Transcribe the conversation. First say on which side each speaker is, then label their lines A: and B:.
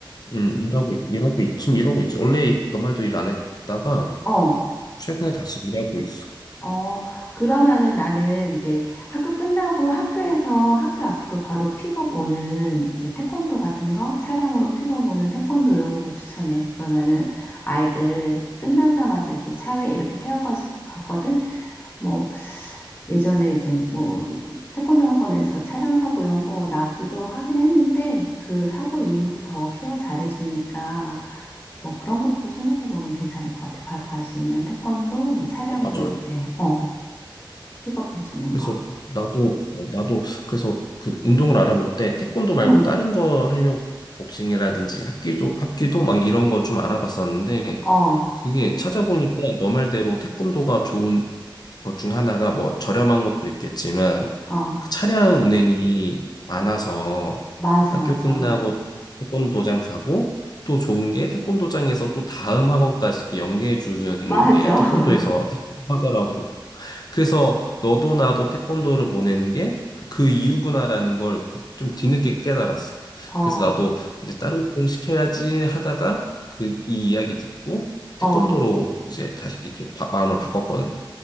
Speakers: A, on the left; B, on the left.
A: 응, 일하고, 있- 일하고, 있- 지금 일하고 있지. 원래 너 말도 일 안 했다가
B: 어.
A: 최근에 다시 일하고 있어.
B: 어, 그러면은 나는 이제 학교 끝나고 학교에서 학교 앞으로 바로 픽업 오는 이제 태권도 같은 거, 차량으로 픽업 오는 태권도 이런 거 추천해. 그러면은 아이들 끝나자마자 이제 차에 이렇게 태워가지고 가거든. 뭐 예전에 이제 뭐 태권도 학원에서 차량 사고 이런 거 나기도 하긴 했는데 그 사고 이후로 더 케어 잘해주니까 뭐 그런 것도 생각해 보면 괜찮을 것 같아. 바로 갈 수 있는 태권도 뭐 차량으로
A: 어, 맞아.
B: 이렇게 어. 픽업해 주는
A: 그래서
B: 거.
A: 나도 어, 나도 그래서 그 운동을 알아볼 때 태권도 말고
B: 응.
A: 다른 거 하려고 복싱이라든지 합기도 합기도 막 이런 거 좀 알아봤었는데
B: 어,
A: 그게 찾아보니까 너 말대로 태권도가 좋은 것 중에 하나가 뭐 저렴한 것도 있겠지만
B: 어.
A: 그 차량 운행이 많아서
B: 맞아,
A: 학교
B: 맞아.
A: 끝나고 태권도장 가고 또 좋은 게 태권도장에서 또 다음 학원까지 이렇게 연계해 주는
B: 맞아.
A: 게
B: <laughs>
A: 태권도에서 하더라고. 그래서 너도 나도 태권도를 보내는 게 그 이유구나라는 걸 그 좀 뒤늦게 깨달았어.
B: 어,
A: 그래서 나도 이제 다른 운동 시켜야지 하다가 그 이 이야기 듣고 태권도로
B: 어, 어.
A: 이제 다시 좀 바- 마음을 바꿨거든.